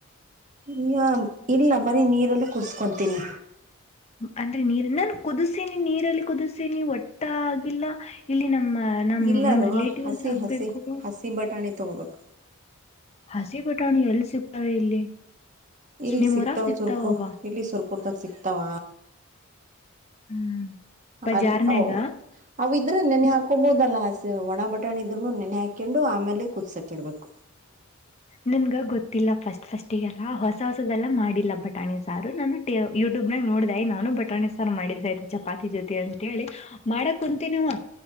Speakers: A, on the right; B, on the left.
A: ಈಗ ಇಲ್ಲ ಬರೀ ನೀರಲ್ಲ ಕುುದಕೊಂತೀನಿ.
B: ಅಂದ್ರೆ ನೀರ್ ನಾನು ಕುದಸನಿ ನೀರಲ್ಲಿ ಕುದಸಿನಿ ಒಟ್ಟ ಆಗಿಲ್ಲ ಇಲ್ಲಿ ನಮ್ಮ ನಮ್
A: ಇಲ್ಲಾರೂ
B: ನಮ್ ರಿಲೇಟಿವ್ಸ್
A: ಹಸಿ
B: ಆಗ್ಬೇಕು.
A: ಹಸಿ ಹಸಿ ಬಟಾಣಿ ತಗೋಬೇಕು
B: ಹಸಿ ಬಿಟಾಣಿ ಎಲ್ಲಿ ಸಿಗ್ತವೆ ಇಲ್ಲಿ
A: ಇಲ್ಲಿ
B: ನಿಮ್
A: ಸಿಕ್ತಾವ
B: ಊರಾಗ್ ಸಿಗ್ತಾವ
A: ಸುರ್ಪು ಇಲ್ಲಿ ಸುರ್ಪುರ್ದಾಗ ಸಿಕ್ತಾವ.
B: ಹ್ಮ್ ಬಜಾರ್ನ್ಯಾಗ
A: ಅಲ್ ಅವು. ಅವ ಇದ್ರೆ ನೆನೆ ಹಾಕೊಬಹದಲ್ಲ ಹಸಿ ಒಣ ಬಟಾಣೆ ಇದ್ರುನು ನೆನೆ ಹಾಕೊಂಡು ಆಮೇಲೆ ಕುದಸಕಿಡ್ಬೇಕು
B: ನನ್ಗ ಗೊತ್ತಿಲ್ಲ ಫಸ್ಟ್ ಫಸ್ಟಿಗೆಲ್ಲ ಹೊಸ ಹೊಸದೆಲ್ಲ ಮಾಡಿಲ್ಲ ಬಟಾಣಿ ಸಾರು ನಾನು. ಯೂಟ್ಯೂಬ್ನಾಗ ನೋಡ್ದ ನಾನು ಬಟಾಣಿ ಸಾರ್ ಮಾಡಿದ್ರ ಇದ್ ಚಪಾತಿ ಜೊತೆ ಅಂತೇಳಿ. ಮಾಡಕ್ ಕುಂತೀ ನವ.